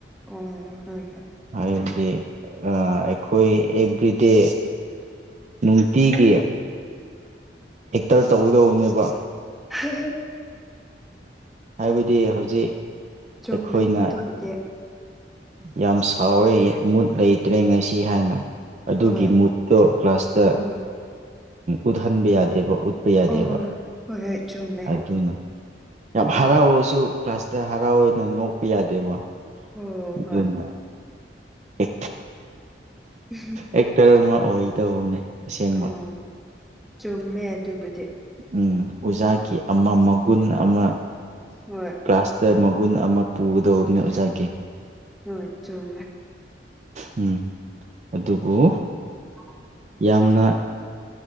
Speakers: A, in the centre; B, on the right.
A: ꯑꯣ ꯍ ꯍ
B: ꯍꯥꯏꯕꯗꯤ ꯑꯩꯈꯣꯏ ꯑꯦꯕ꯭ꯔꯤꯗꯦ ꯅꯨꯡꯇꯤꯒꯤ ꯑꯦꯛꯇꯔ ꯇꯧꯒꯗꯧꯕꯅꯦꯕ
A: <unintelligible>
B: ꯍꯥꯏꯕꯗꯤ ꯍꯧꯖꯤꯛ
A: ꯆꯨꯝꯃꯦ
B: ꯑꯩꯈꯣꯏꯅ
A: ꯑꯗꯨꯕꯨꯗꯤ
B: ꯌꯥꯝ ꯁꯥꯎꯋꯦ ꯃꯨꯠ ꯂꯩꯇ꯭ꯔꯦ ꯉꯁꯤ ꯍꯥꯏꯅ ꯑꯗꯨꯒꯤ
A: ꯍꯣꯏ
B: ꯃꯨꯠꯇꯣ ꯀ꯭ꯂꯥꯁꯇ
A: ꯑꯣ
B: ꯎꯠꯍꯟꯕ ꯌꯥꯗꯦꯕ ꯄ ꯌꯥꯗꯦꯕ
A: ꯑꯣ ꯍꯣꯏ ꯍꯣꯏ ꯆꯨꯝꯃꯦ
B: ꯑꯗꯨꯅ ꯌꯥꯝ
A: ꯎꯝ
B: ꯍꯔꯥꯎꯔꯁꯨ ꯀ꯭ꯂꯥꯁꯇ ꯍꯔꯥꯎꯅ ꯅꯣꯛꯄ ꯌꯥꯗꯦꯕ
A: ꯑꯣ
B: ꯑꯗꯨꯅ
A: ꯍꯣꯏ
B: ꯏꯦ
A: ꯎꯝ
B: ꯑꯦꯛꯇꯔ ꯑꯃ ꯑꯣꯏꯗꯧꯕꯅꯦ ꯑꯁꯦꯡꯕ
A: ꯑꯣ ꯆꯨꯝꯃꯦ ꯑꯗꯨꯕꯨꯗꯤ
B: ꯎꯝ ꯑꯣꯖꯥꯒꯤ ꯑꯃ ꯃꯒꯨꯟ ꯑꯃ
A: ꯍꯣꯏ
B: ꯀ꯭ꯂꯥꯁꯇ ꯃꯒꯨꯟ ꯑꯃ ꯄꯨꯒꯗꯧꯕꯅꯦ ꯑꯣꯖꯥꯒꯤ
A: ꯍꯣꯏ ꯆꯣꯡꯃꯦ
B: ꯎꯝ ꯑꯗꯨꯕꯨ
A: <unintelligible>
B: ꯌꯥꯝꯅ